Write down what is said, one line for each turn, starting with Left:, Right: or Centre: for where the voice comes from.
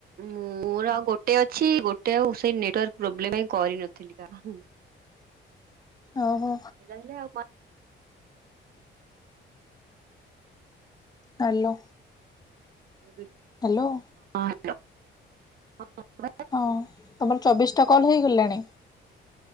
Right: ମୋର ଆଉ ଗୋଟେ ଅଛି ଗୋଟେ ଆଉ ସେଇ ନେଟୱାର୍କ ପ୍ରୋବ୍ଲେମ ପାଇଁ କରିନଥିଲି ପା ହୁଁ।
Left: <inaudible> ଓହୋ।
Right: ହେଲେ ଆଉ
Left: ହାଲୋ।
Right: <inaudible>
Left: ହାଲୋ।
Right: ଲ ହଁ।
Left: ହଁ ତମର ଚବିଶ୍ ଟା କଲ୍ ହେଇଗଲାଣି?